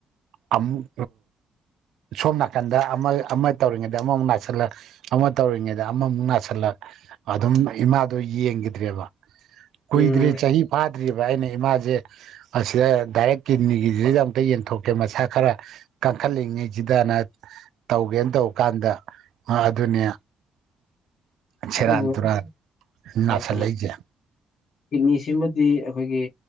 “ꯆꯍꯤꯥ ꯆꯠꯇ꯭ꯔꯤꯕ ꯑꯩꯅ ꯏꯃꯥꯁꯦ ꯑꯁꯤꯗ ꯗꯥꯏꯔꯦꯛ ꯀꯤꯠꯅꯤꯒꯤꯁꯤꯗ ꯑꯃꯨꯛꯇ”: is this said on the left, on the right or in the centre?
Right